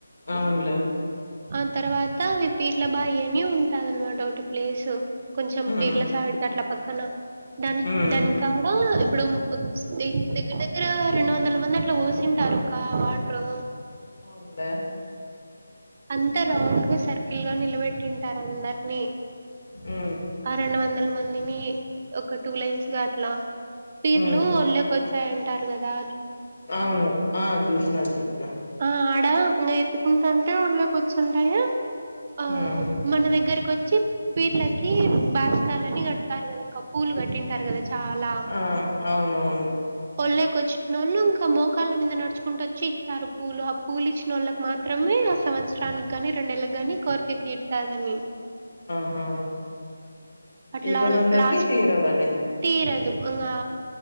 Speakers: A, on the left; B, on the right.
A: అవునులే
B: ఆ తర్వాత మీ పీర్ల బాయి అని ఉంటది అన్నమాట ఒకటి ప్లేసు కొంచెం
A: ఉమ్
B: పీర్ల సావిడికి అట్లా పక్కన దాని
A: ఉమ్
B: దానికి కాడ ఇప్పుడు ద దగ్గర దగ్గర రెండు వందల మంది అట్లా పోసింటారు కా వా రు
A: అవునులే
B: అంతా రౌండ్గా సర్కిల్ గా నిలబెట్టింటారు అందర్నీ
A: ఉ
B: ఆ రెండు వందల మందిని ఒక టూ లైన్స్ గా అట్లా పీర్లు
A: ఉమ్
B: లె ఒచ్చాయంటారు గదా
A: అవును ఆ చూసిన చూసిన
B: ఆ ఆడ ఇంగ ఎత్తుకుంటాంటే ఒళ్ళో కూర్చుంటాయా ఆ
A: ఉమ్
B: మన దగ్గర కొచ్చి పీర్లకి బాస్కాలని కడతారు కదాక్క పూలు కట్టింటారు కదా చాలా
A: ఆ అవునవును
B: ఒళ్లోకోచ్చినోళ్ళు ఇంకా మోకాళ్ళ మీద నడుచుకుంటూ వచ్చి ఇత్తారు పూలు ఆ పూలు ఇచ్చినోళ్ళకి మాత్ త్రమే ఆ సంవత్సరానికిగాని రెండేళ్ళ గానీ కోరికె తీరుతాదని
A: ఆహా
B: అట్లా
A: ఇవ్వనోళ్ళకి
B: లాస్ట్
A: తీరవని
B: తీరదు అంగా